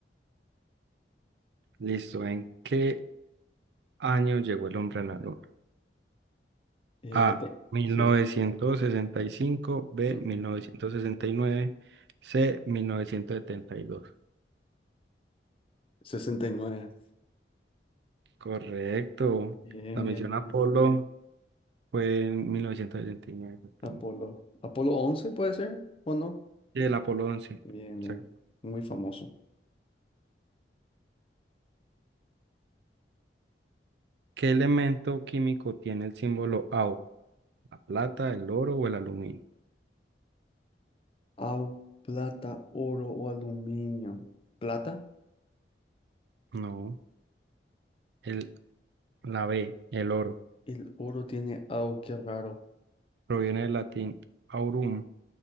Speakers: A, on the right; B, on the left.
A: Listo. ¿En qué año llegó el hombre a la luna?
B: Eh,
A: A,
B: te-
A: mil
B: sí.
A: novecientos sesenta y cinco. B,
B: ujú.
A: 1969. C, 1972.
B: sesenta y nueve.
A: Correcto.
B: Bien,
A: La misión
B: bien, bien.
A: Apolo fue en 1969. exactamente.
B: Apolo. Apolo 11 puede ser, ¿o no?
A: Y el Apolo once.
B: Bien,
A: Exacto.
B: bien. Muy famoso.
A: ¿Qué elemento químico tiene el símbolo AU? ¿La plata, el oro o el aluminio?
B: Au, plata, oro o aluminio. ¿Plata?
A: No, el, la B, el oro.
B: El oro tiene au, qué raro.
A: Proviene del latín aurum.